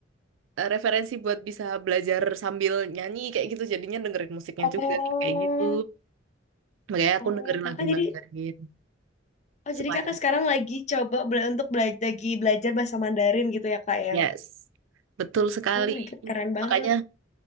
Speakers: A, on the right; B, on the left.
A: eh, referensi buat bisa belajar sambil nyanyi kayak gitu jadinya dengerin musiknya
B: Oh,
A: juga kayak gitu makanya aku
B: oh
A: dengerin
B: kakak
A: lagu
B: jadi
A: Mandarin
B: Oh,
A: selain
B: jadi kakak sekarang lagi coba bela- untuk belajar lagi belajar bahasa Mandarin gitu ya kak ya?
A: yes betul sekali
B: Oh my God, keren banget.
A: makanya